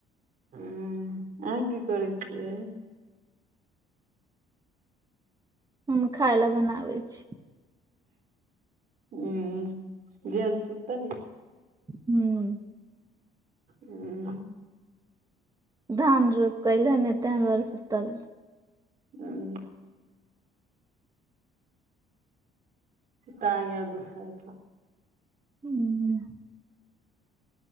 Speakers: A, on the right; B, on the right.
A: हूँ, अहाँ की करै छियै?
B: हम खाय लए बनाबै छी।
A: हूँ जीजाजी सुतल अय?
B: <inaudible>
A: हूँ।
B: धान रोपएले हे ने तेहि <unintelligible> दुआरे सुतल।
A: उहूं ताय आओर दुखाए हेतै। <unintelligible>
B: हूँ।